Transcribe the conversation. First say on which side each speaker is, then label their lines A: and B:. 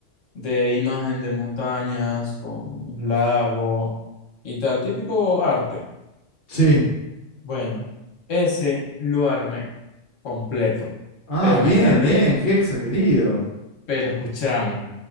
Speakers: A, on the left; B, on the left.
A: de imagen de montañas con un lago y tal, típico arte.
B: sí.
A: Bueno, ese lo armé completo,
B: Ah,
A: pero
B: bien,
A: me tardé,
B: bien, Hexa, querido.
A: pero escúchame,